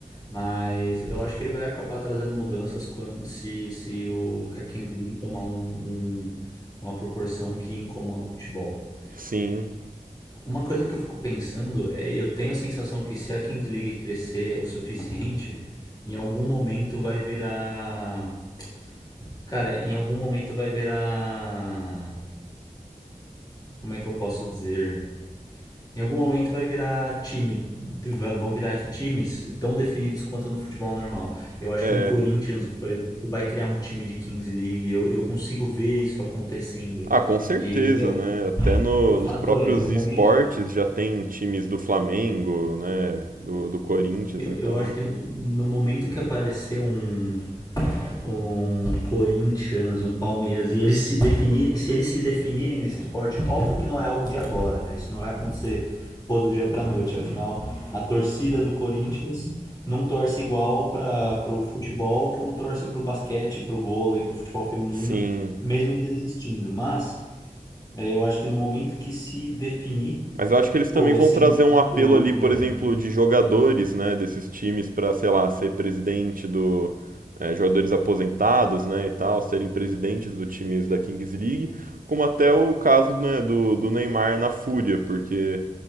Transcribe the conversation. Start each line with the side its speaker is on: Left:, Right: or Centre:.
Left: Mas eu acho que ele vai acabar trazendo mudanças quando se, se o, a Kings League tomar um, um- uma proporção que incomoda o futebol.
Right: Sim,
Left: Uma coisa que eu fico pensando é, eu tenho a sensação que se a Kings League crescer o suficiente, em algum momento vai virar, cara, em algum momento vai virar como é que eu posso dizer? Em algum momento vai virar time, vão virar times tão definidos quanto no futebol normal. Eu acho
Right: é.
Left: que um Corinthians, por exemplo, vai criar um time de Kings League. Eu, eu consigo ver isso acontecendo.
Right: Ah, com certeza,
Left: E, meu,
Right: né? Até no-
Left: o fato
Right: nos próprios
Left: é, no momento,
Right: esportes já tem times do Flamengo, né? Do, do Corinthians,
Left: eu,
Right: então.
Left: eu acho que no, no momento que aparecer um, um Corinthians, um Palmeiras, e eles se definirem, se eles se definirem nesse esporte, óbvio que não é algo de agora, né? Isso não vai acontecer pô, do dia pra noite. Afinal, a torcida do Corinthians não torce igual para o futebol como torce para o basquete, para o vôlei, para o futebol feminino,
Right: Sim.
Left: mesmo eles existindo. Mas é, eu acho que no momento que se definir,
Right: Mas eu acho que eles também
Left: pô, vai
Right: vão
Left: ser
Right: trazer
Left: muito
Right: um apelo ali, por
Left: grande.
Right: exemplo, de jogadores, né? Desses times para, sei lá, ser presidente do. é, jogadores aposentados, né? E tal, serem presidentes do times da Kings League. Como até o caso, né, do, do Neymar na Fúria, porque,